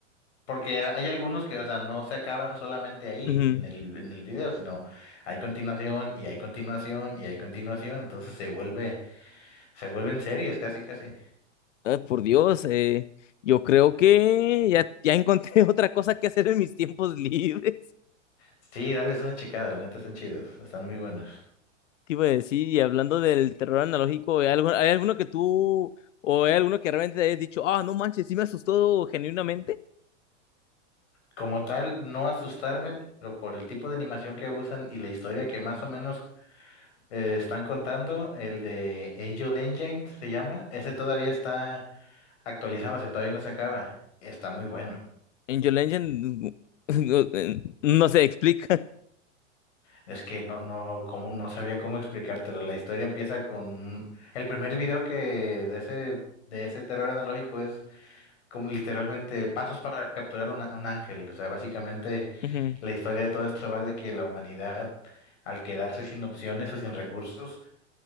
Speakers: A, on the left; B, on the left.
A: Porque ha- hay algunos que, o sea, no se acaban solamente ahí
B: <laughs> Ujú.
A: en el, en el video, sino hay continuación y hay continuación y hay continuación, entonces se vuelve, se vuelven series casi casi.
B: Ay, por Dios, eh, yo creo que ya, ya encontré <laughs> otra cosa que hacer en mis tiempos libres.
A: Sí, dales una checada, la neta están chidos, están muy buenos.
B: ¿Qué iba a decir? Y hablando del terror analógico, ¿hay algo- hay alguno que tú o hay alguno que realmente te hayas dicho, ah, no manches, sí me asustó genuinamente?
A: Como tal, no asustarme, pero por el tipo de animación que usan y la historia que más o menos eh, están contando, el de Angel Engine se llama, ese todavía está actualizándose, todavía no se acaba, está muy bueno.
B: Angel Engine, <laughs> no, no se explica.
A: Es que no, no, cómo, no sabría cómo explicártelo. La historia empieza con un- el primer video que de ese, de ese terror analógico es como literalmente pasos para capturar un, un ángel. O sea, básicamente
B: Ujú,
A: la historia de todo esto va de que la humanidad, al quedarse sin opciones o sin recursos,